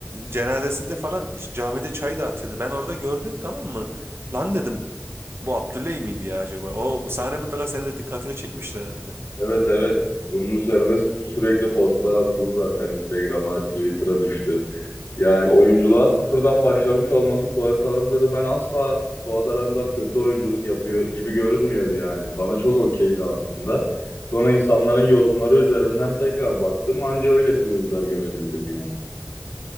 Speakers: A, on the right; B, on the left.
A: e, cenazesinde falan işte camide çay dağıtıyordu. Ben orada gördüm tamam mı? Lan dedim bu Abdüley miydi ya acaba? O bu sahne mutlaka senin de dikkatini çekmiştir herhalde.
B: Evet evet. Bunun üzerine sü- sürekli postlar atıldı zaten. Instagram'a, Twitter'a düştü. Yani oyunculuğa sıfırdan başlamış olması Polat Alemdar'ı ben asla Polat Alemdar kötü oyunculuk yapıyor gibi görünmüyordu yani. Bana çok okeydi aslında. Sonra insanların yorumları üzerinden tekrar baktım. Anca öyle pürüzler görebildim yani.